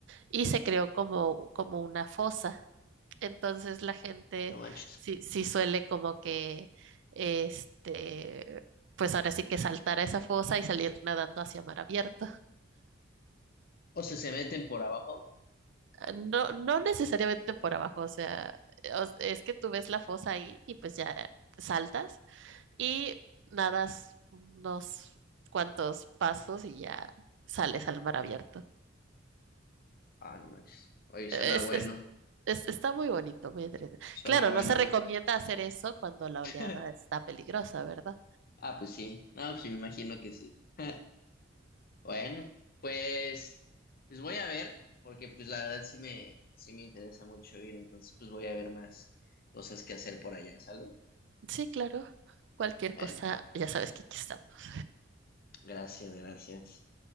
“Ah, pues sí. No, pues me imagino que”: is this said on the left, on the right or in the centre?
Left